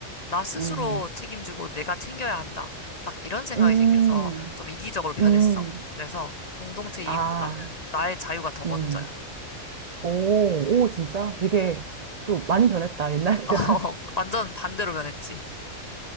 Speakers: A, on the left (about 45°); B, on the right (about 70°).
A: 나 스스로
B: 음,
A: 책임지고 내가 챙겨야 한다. 딱 이런 생각이
B: 음,
A: 생겨서 좀 이기적으로 변했어.
B: 음,
A: 그래서 공동체 이익보다는
B: 아,
A: 나의 자유가 더 먼저야.
B: 음. 오, 오, 진짜? 되게
A: 응.
B: 또 많이 변했다, 옛날이랑.
A: <laughs> 어, 완전 반대로 변했지.